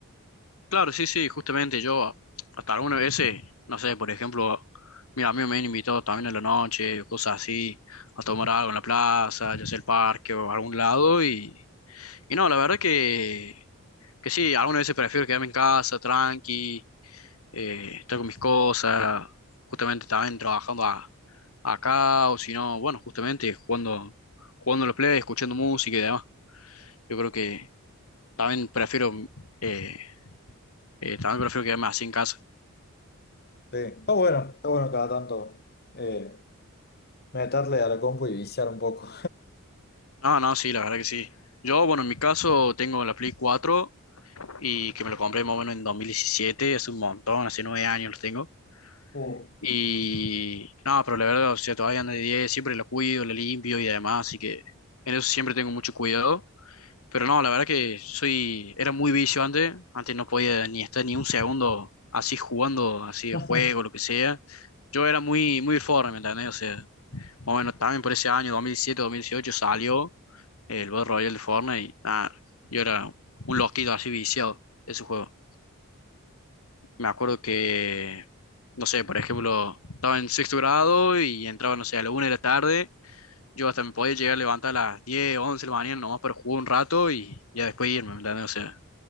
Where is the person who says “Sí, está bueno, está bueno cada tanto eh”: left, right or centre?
Left